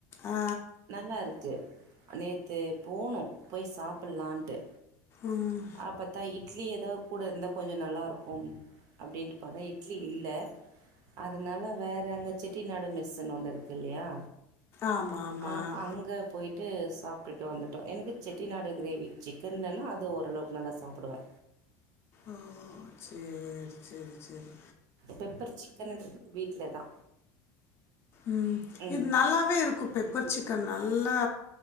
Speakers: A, on the left; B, on the right.
A: ஆ
B: நல்லா இருக்கு நேத் தே போனோ போய் சாப்பிட்லான்ட்டு
A: ம்
B: அப்பத் தா இட்லி எதாவது கூட இருந்தாவு கொஞ்சோ நல்லாயிருக்கு அப் அப்டின்ட்டு பாத்தா இட்லி இல்ல அதனால வேற அங்க செட் டிநாடு மெஸ்ஸுனு ஒன்னு இருக்கில்லயா
A: ஆமாம் ஆமாம்
B: ஆ அங்க போயிட்டு சாப் போய்ட்டு வந்துட்டோ எனக்கு செட்டிநாடு கிரேவி சிக்கன்லனா அது ஓரளவுக்கு நல்லா சாப்டுவே
A: ஆ சேரி சேரி சேரி
B: பெப்பர் சிக்கன்றது வீட்ல தா
A: ம்
B: ம்
A: இது நல்லாவே இருக்கு பெப்பர் சிக்கன் நல் நல்லா